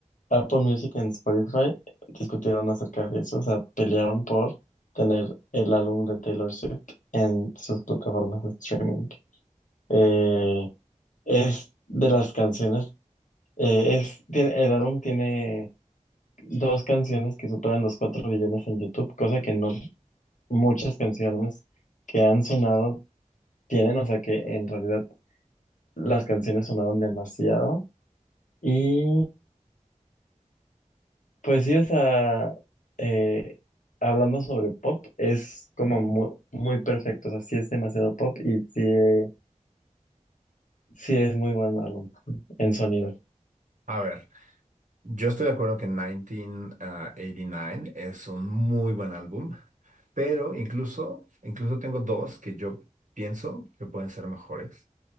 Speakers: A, on the left; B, on the right.
A: Apple Music en Spotify discutieron acerca de eso, o sea, pelearon por tener el álbum de Taylor Swift en sus plataformas de streaming. Eh, es de las canciones, eh, es, tiene- el álbum tiene dos canciones que superan los 4 billones en YouTube, cosa que no muchas canciones que han sonado tienen, o sea que en realidad las canciones sonaron demasiado. Y Pues sí, o sea, eh, hablando sobre pop, es como muy, muy perfecto, o sea, sí es demasiado pop y sí, eh, sí es muy buen álbum en sonido.
B: A ver, Yo estoy de acuerdo que 1989 es un muy buen álbum, pero incluso, incluso tengo dos que yo pienso que pueden ser mejores.